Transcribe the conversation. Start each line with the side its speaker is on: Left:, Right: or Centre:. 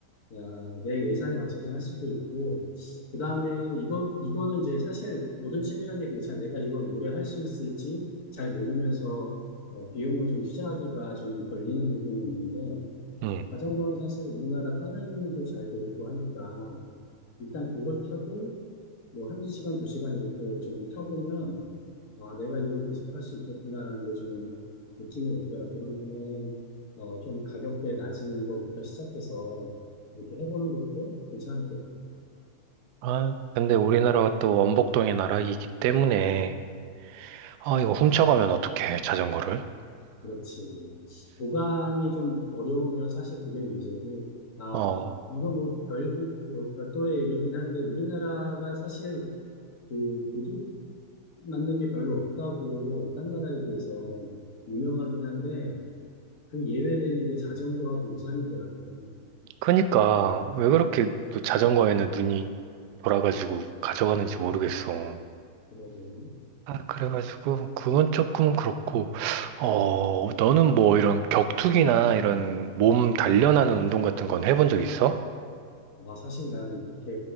Left: 어, 내 예산에 맞춰서 할 수도 있고, 그 다음에 이거, 이거는 이제 사실 모든 취미란 게 그렇잖아. 내가 이걸 오래 할 수 있을지 잘 모르면서, 어, 비용을 좀 투자하기가 좀 걸리는 부분이 있는데,
Right: 음.
Left: 자전거는 사실 우리나라 다른 일도 잘 돼 있고 하니까, 일단 그걸 타고 뭐 한두 시간, 두 시간 이렇게 좀 타보면 아 내가 이걸 계속 할 수 있겠구나라는 게 좀 느낌이 올 거야. 그러면은 어 좀 가격대 낮은 거부터 시작해서 이렇게 해보는 것도 괜찮을 것 같아.
Right: 아, 근데 우리나라가 또 원복동의 나라이기 때문에, 아, 이거 훔쳐가면 어떡해, 자전거를.
Left: 그렇지. 보관이 좀 어려우면 사실 그게 문제고 아
Right: 어,
Left: 이거 뭐별 별도의 얘기긴 한데 우리나라가 사실 그 도둑 맞는 게 별로 없다고 딴 나라에 비해서 유명하긴 한데 그 예외되는 게 자전거하고 우산이더라고요.
Right: 그니까, 왜 그렇게 또 자전거에는 눈이 돌아가지고 가져가는지 모르겠어.
Left: 그러고.
Right: 아, 그래가지고, 그건 조금 그렇고, 어,
Left: 음.
Right: 너는 뭐 이런 격투기나 이런 몸 단련하는 운동 같은 건 해본 적 있어?
Left: 아, 사실 나는 그렇게